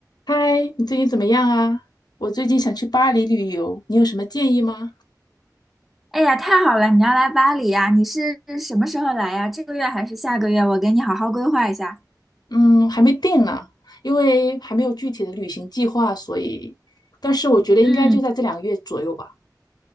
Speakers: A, on the left; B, in the centre.
A: 嗨，你最近怎么样啊？我最近想去巴黎旅游，你有什么建议吗？
B: 哎呀，太好了！你要来巴黎呀？你是什么时候来呀？这个月还是下个月？我给你好好规划一下。
A: 嗯，还没定呢，因为还没有具体的旅行计划，所以，但是我觉得应该就在这两个月左右吧。
B: 嗯。